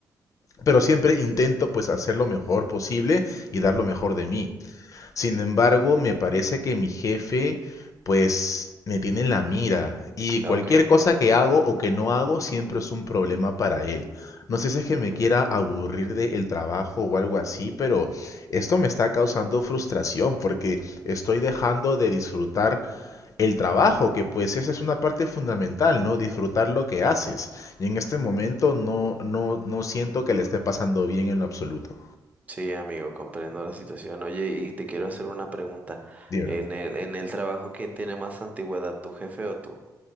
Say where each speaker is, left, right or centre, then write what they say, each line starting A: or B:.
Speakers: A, on the left; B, on the right.
A: pero siempre intento pues hacer lo mejor posible y dar lo mejor de mí. Sin embargo, me parece que mi jefe, pues, me tiene en la mira y cualquier
B: ok.
A: cosa que hago o que no hago siempre es un problema para él. No sé si es que
B: Mm,
A: me quiera aburrir del trabajo o algo así, pero esto me está causando frustración porque estoy dejando de disfrutar el trabajo, que pues esa es una parte fundamental, ¿no? Disfrutar lo que haces. Y en este momento no, no, no siento que le esté pasando bien en lo absoluto.
B: Sí, amigo, comprendo la situación. Oye, y te quiero hacer una pregunta.
A: Dímelo.
B: En el, en el trabajo, ¿quién tiene más antigüedad, tu jefe o tú?